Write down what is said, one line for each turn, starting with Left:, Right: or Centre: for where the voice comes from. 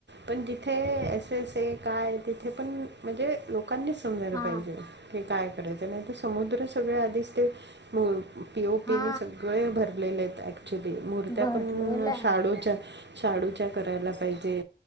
Right: पण जिथे एस एस हे काय तिथे पण म्हणजे लोक लोकांनीच समजायला
Left: हा
Right: पाहिजे हे काय करायचं नाही तर समुद्र सगळे आधीच ते. मु पी. ओ. पीनी
Left: हा
Right: सगळे भरलेले आहेत ऍक्च्युली मूर्त्या
Left: भरलेलं
Right: पण
Left: आहे
Right: शाडोच्या शाडूच्या करायला पाहिजे.